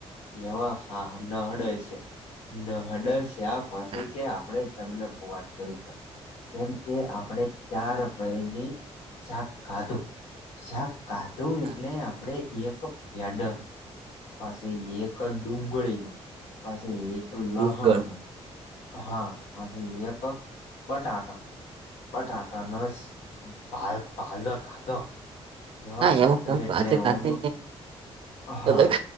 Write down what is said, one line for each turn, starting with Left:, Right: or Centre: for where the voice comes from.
Left: એમાં હા નહડ છે નહડ છે આ પછી
Right: હા
Left: કે આપણે તમને બહુ વાત કરી શા. કેમ કે આપણેે ચારપયની શાક ખાધું શાક કાધું એટલે
Right: હા
Left: આપડે એક પ્યાડ પાસે એક ડુંગળી ન પાસે એક લહણનો
Right: ડુંગર
Left: હા <unintelligible> એક બટાક બટાટા નો શક ભા ભાજ ખાધો. એવા
Right: હા
Left: કાત
Right: એમ
Left: એટલે
Right: પાછ
Left: હું
Right: ખાતે
Left: હા.
Right: અલગ